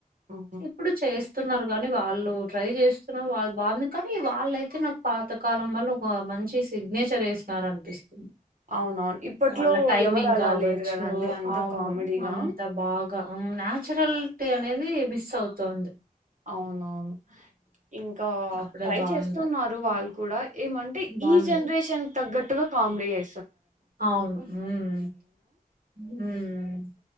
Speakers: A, on the right; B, on the right.
A: ఉమ్,
B: ఇప్పుడు చే స్తున్నారు కానీ వాళ్ళు ట్రై చేస్తున్నారు వాళ్ళు బాగుంది కానీ వాళ్ళయితే నాకు పాత కాలం అని ఒక మంచి సిగ్నేచర్ వెసారనిపిస్త
A: అవునవును ఇప్పట్లో
B: వాళ్ళ టైమింగ్
A: ఎవరు అలా
B: కావచ్చు
A: లేరు కదండి అంత
B: అవును
A: కామెడీగా
B: అంత బాగా నాచురల్టీ అనేది మిస్ అవుతుంది
A: అవునవును ఇంకా
B: అప్పుడే
A: ట్రై
B: బాగుండే
A: చేస్తున్నారు వాళ్ళు కూడా ఏమంటే
B: బాగుంది
A: ఈ జనరేషన్ తగ్గట్టుగా కామెడీ చే
B: అవును ఉమ్ ఉమ్